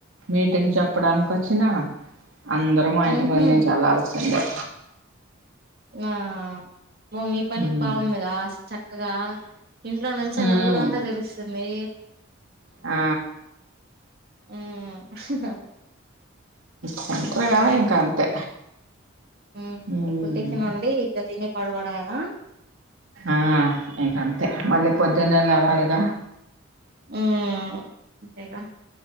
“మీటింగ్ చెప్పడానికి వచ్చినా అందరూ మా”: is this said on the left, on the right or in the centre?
Right